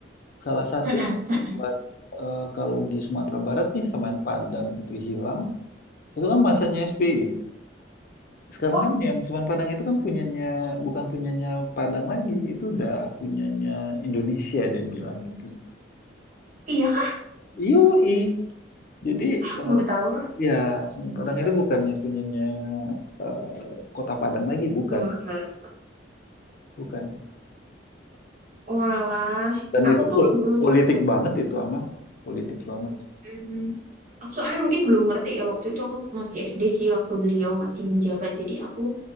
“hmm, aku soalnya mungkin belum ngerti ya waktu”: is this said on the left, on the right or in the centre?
Right